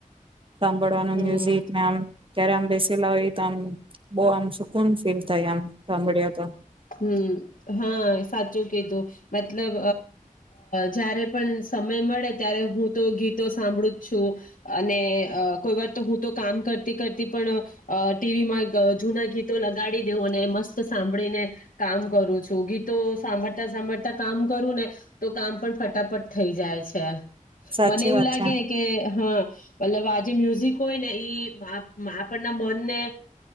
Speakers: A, on the right; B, on the left.
A: સાંભળવાનું
B: હમ
A: મ્યુઝિક મેમ ક્યારે આમ બેસ લઇ તો આમ બો આમ સુકૂન ફીલ થાય આમ સંભળાય તો.
B: હમ હા સાચું કે તો મે મતલબ, જ્યારે પણ સમય મળે ત્યારે, હું તો ગીતો સાંભળું જ છું, અને કોઈ વાર તો હું તો કામ કરતી-કરતી પણ ટીવીમાં જૂના ગીતો લગાડી દેઉં અને મસ્ત સાંભળીને. કામ કરું છું, ગીતો સાંભળતા સાંભળતા કામ કરું ને, તો કામ પણ ફટાફટ થઈ જાય છે.
A: સાચી
B: મને એવું
A: વાત
B: લાગે
A: છે
B: કે, હા. મતલબ, આ જે મ્યુઝિક હોય ને, ઈ આપણના મનને